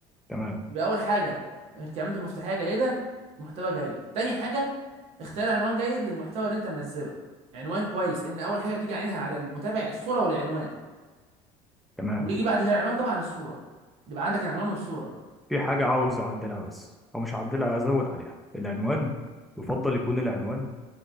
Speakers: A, in the centre; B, on the right (about 60°).
A: تمام
B: يبقى اول حاجه الكلمات المفتاحيه جيده محتوى جيد تاني حاجه اختار عنوان جيد للمحتوى اللي انت منزله عنوان كويس لان اول حاجه بتيجي عينها على المتابع الصوره والعنوان
A: تمام
B: ويجي بعد كده العنوان طبعا الصوره يبقى عندك العنوان والصوره
A: في حاجه عاوز اعدلها بس او مش هعدلها ازود عليها العنوان يفضل يكون العنوان